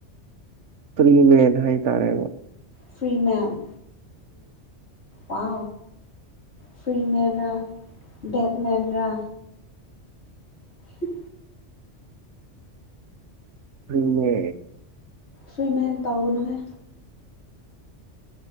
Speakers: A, on the right; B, on the left.
A: ꯐ꯭ꯔꯤ ꯃꯦꯟ ꯍꯥꯏ ꯇꯥꯔꯦꯕ
B: ꯐ꯭ꯔꯤ ꯃꯦꯝ ꯋꯥ ꯐ꯭ꯔꯤꯃꯦꯟ ꯔ ꯕꯦꯠꯃꯦꯟ ꯔ ꯁꯤ
A: ꯑꯗꯨꯅꯦ
B: ꯐ꯭ꯔꯤꯃꯦꯟ ꯇꯧꯒꯅꯨꯍꯦ